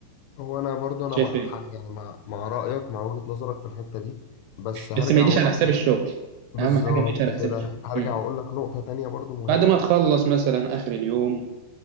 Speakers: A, on the left (about 85°); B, on the right (about 80°).
A: هو أنا برضو أنا
B: شايف
A: مع
B: إيه
A: حق يعني مع مع رأيك مع وجهة نظرك في الحتة دي بس هرجع
B: بس ما يجيش
A: أقول
B: على
A: لك
B: حساب
A: حاجة
B: الشغل
A: بالظبط
B: أهم حاجة ما يجيش على
A: كده
B: حساب الشغل
A: هرجع
B: مم.
A: أقول لك نقطة تانية برضو مهمة
B: بعد ما تخلص مثلا آخر اليوم